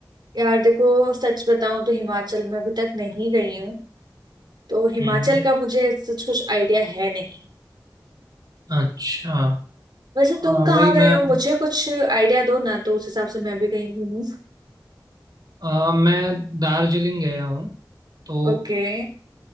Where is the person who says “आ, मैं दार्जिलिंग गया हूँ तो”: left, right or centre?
Right